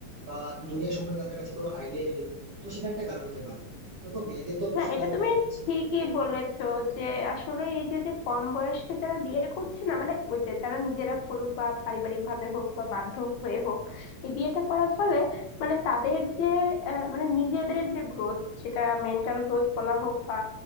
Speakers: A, on the right; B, on the left.
A: বা দুনিয়া সম্বন্ধে তাদের কাছে কোনো আইডিয়াই নেই তো সেটা একটা কারণ হতে পারে দেখো মেয়েদের তো অবশ্যই
B: হ্যাঁ এটা
A: লাইফ
B: তুমি
A: বরবাদ হচ্ছে
B: ঠিকই বলেছো যে আসলে এই যে যে কম বয়সে যারা বিয়ে করছে না মানে ওই যে যারা নিজেরা করুক বা পারিবারিক ভাবে হোক বা বাধ্য হয়ে হোক এই বিয়েটা করার ফলে মানে তাদের যে আহ, মানে নিজেদের যে গ্রোথ সেটা মেন্টাল গ্রোথ বলা হোক বা